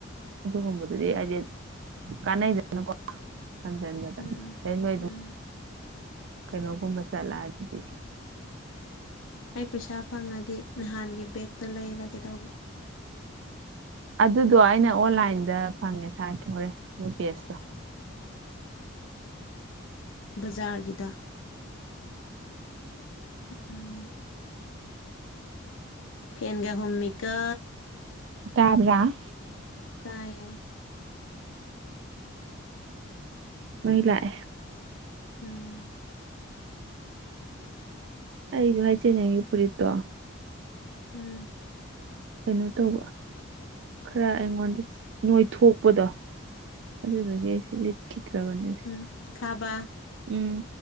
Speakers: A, on the right (about 65°); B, on the left (about 80°).
A: ꯑꯗꯨꯒꯨꯝꯕꯗꯨꯗꯤ ꯍꯥꯏꯗꯤ ꯀꯥꯟꯅꯩꯗꯅꯀꯣ ꯍꯗꯗ
B: ꯎꯝ
A: ꯑꯦꯅꯣꯏ
B: ꯎꯝ
A: ꯀꯩꯅꯩꯅꯣꯕꯨ ꯃꯁꯂꯥ ꯑꯗꯨ ꯑꯗꯨꯗꯤ
B: ꯑꯩ ꯄꯩꯁꯥ ꯐꯪꯉꯗꯤ ꯅꯍꯥꯟꯒꯤ ꯕꯦꯒꯛꯇꯣ ꯂꯩꯔꯒꯦ ꯇꯧꯕ
A: ꯑꯗꯨꯗꯣ ꯑꯩꯅ ꯑꯣꯟꯂꯥꯏꯟꯗ ꯐꯪꯉꯦ ꯊꯔꯦ ꯍꯣꯔꯦ ꯃꯣꯏ ꯄꯦꯖꯇꯣ
B: ꯕꯖꯥꯔꯒꯤꯗ ꯎꯝ ꯐꯦꯟꯒ ꯍꯣꯃꯤꯀꯥ
A: ꯇꯔ
B: ꯇꯥꯏꯌꯦ
A: ꯃꯂꯑ
B: ꯎꯝ
A: ꯑꯩꯁꯨ ꯍꯥꯏ ꯆꯦꯅꯦ ꯄꯨꯔꯤꯠꯇꯣ
B: ꯎꯝ
A: ꯀꯩꯅꯣ ꯇꯧꯕ ꯈꯔ ꯑꯩꯉꯣꯟꯗ ꯅꯣꯏꯊꯣꯛꯄꯗꯣ ꯑꯗꯨꯗꯒꯤ ꯑꯩꯁ ꯂꯤꯠ ꯭ꯔꯅꯤ
B: ꯎꯝ ꯈꯥꯕ
A: ꯎꯝ